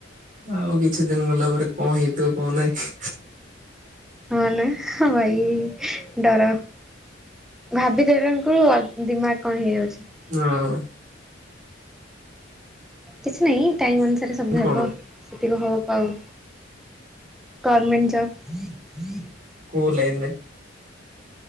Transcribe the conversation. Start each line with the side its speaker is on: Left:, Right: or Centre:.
Right: ଆଉ କିଛି ଦିନ ଗଲା ପରେ କଣ ହେଇଥିବ କଣ ନାହିଁ
Centre: ହଁ ନା ହଁ ଏଇ ଡର ଭାବିଦେଙ୍କୁ ଦିମାଗ କଣ ହେଇଯାଉଛି।
Right: ହଁ।
Centre: କିଛି ନାହିଁ ଟାଇମ ଅନୁସାରେ ସବୁ
Right: କଣ
Centre: ହେବ? ସେତିକି ହବ ପାଉ ଗର୍ମେଣ୍ଟ ଜବ। <inaudible>
Right: କୋଉଁ ଲାଇନିରେ?